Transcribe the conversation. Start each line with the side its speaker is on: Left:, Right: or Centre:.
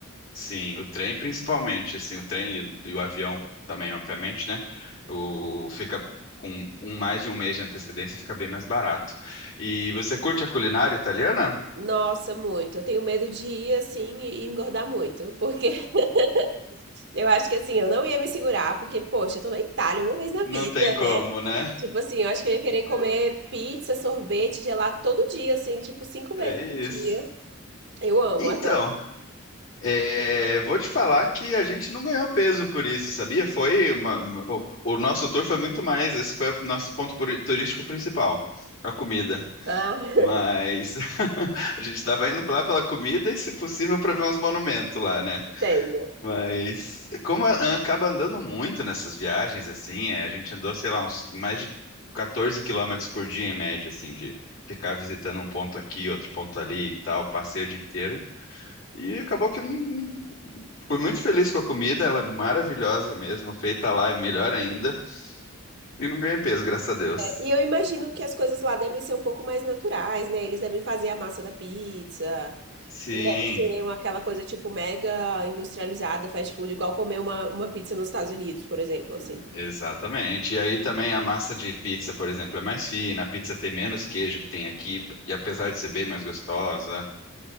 Left: sim, o trem principalmente, assim, o trem e, e o avião também, obviamente, né? O fica com um, mais de um mês de antecedência e fica bem mais barato. E você curte a culinária italiana?
Right: Nossa, muito. Eu tenho medo de ir assim e e engordar muito, porque <laughs> eu acho que assim, eu não ia me segurar, porque poxa, eu tô na Itália uma vez na
Left: Não
Right: vida,
Left: tem como,
Right: né?
Left: né?
Right: Tipo assim, eu acho que eu ia querer comer pizza, sorvete, gelato todo dia, assim, tipo cinco vezes
Left: É isso.
Right: por dia. Eu amo,
Left: Então,
Right: adoro.
Left: é, vou te falar que a gente não ganhou peso por isso, sabia? Foi uma, o, o nosso tour foi muito mais, esse foi o nosso ponto puri- turístico principal, a comida.
Right: Ah, <laughs>
Left: Mas <laughs> a gente estava indo lá pela comida e, se possível, para ver uns monumentos lá, né?
Right: entendo.
Left: Mas como a- acaba andando muito nessas viagens, assim, é, a gente andou, sei lá, uns mais de 14 quilômetros por dia em média, assim, de ficar visitando um ponto aqui, outro ponto ali e tal, passei o dia inteiro. E acabou que eu não... fui muito feliz com a comida, ela é maravilhosa mesmo, feita lá é melhor ainda. E não ganhei peso, graças a Deus.
Right: E eu imagino que as coisas lá devem ser um pouco mais naturais, né? Eles devem fazer a massa da pizza.
Left: Sim.
Right: Não deve ser uma, aquela coisa tipo mega industrializada, fast food, igual comer uma, uma pizza nos Estados Unidos, por exemplo, assim.
Left: Exatamente. E aí também a massa de pizza, por exemplo, é mais fina, a pizza tem menos queijo que tem aqui, e apesar de ser bem mais gostosa.